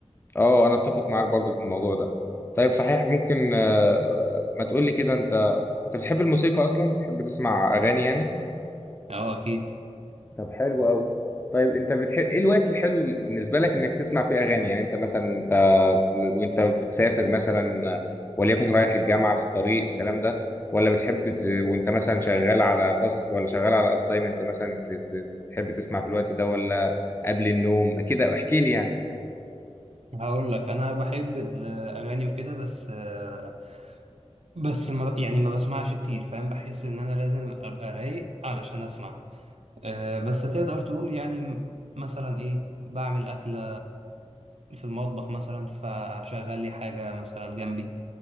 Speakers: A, on the left (about 20°); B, on the right (about 70°).
A: اه انا اتفق معاك برضو في الموضوع ده طيب صحيح ممكن آه، ما تقولي كده انت انت بتحب الموسيقى اصلا بتحب تسمع اغاني يعني
B: اه اكيد
A: طب حلو قوي طيب انت بتحب ايه الوقت الحلو بالنسبه لك انك تسمع فيه اغاني يعني انت مثلا وانت وانت بتسافر مثلا وليكن رايح الجامعه في الطريق الكلام ده ولا بتحب ت... وانت مثلا شغال على تاسك ولا شغال على اسايمنت مثلا ت... ت... بتحب تسمع في الوقت ده ولا قبل النوم كده احكي لي يعني
B: هقول لك انا بحب الاغاني وكده بس آه، بس ما يعني ما بسمعش كتير فاهم بحس ان انا لازم ابقى رايق علشان اسمع آه، بس تقدر تقول يعني م- مثلا ايه بعمل أكلة في المطبخ مثلا فشغل لي حاجة مثلا جنبي